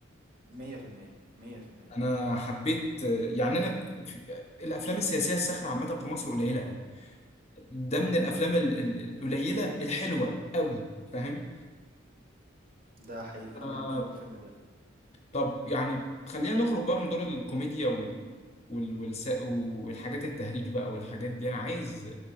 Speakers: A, on the right; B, on the left.
A: مية في المية مية في المية
B: أنا حبيت آه، يعني أنا في- آه، الأفلام السياسية الساخرة عامة في مصر قليلة قوي ده من الأفلام ال- ال- القليلة الحلوة قوي فاهم
A: ده حقيقي انا
B: آه،
A: بحب اول فيلم ده
B: طب يعني خلينا نخرج بقى من دور الكوميديا وال وال- والس- والحاجات التهريج بقى والحاجات دي أنا عايز